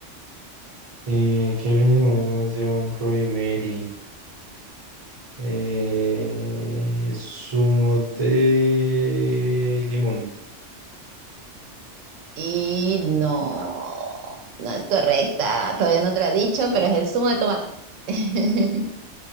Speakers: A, on the right; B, on the right.
A: Eh, ¿qué filmes lleva un Chloe Mary? Eh, zumo de limón.
B: Y no, no es correcta. Todavía no te la he dicho, pero es el zumo de tomate. <laughs>